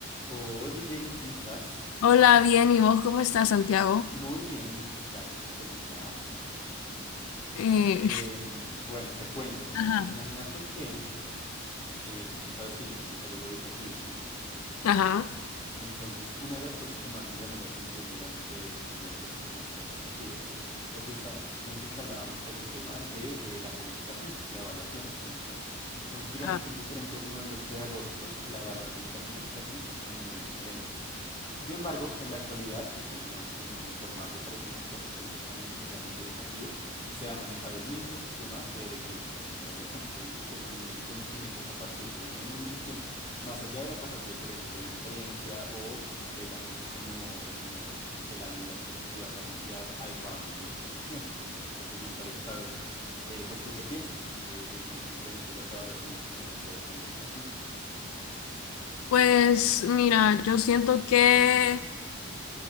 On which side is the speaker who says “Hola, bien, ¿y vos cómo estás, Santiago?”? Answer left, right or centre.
Left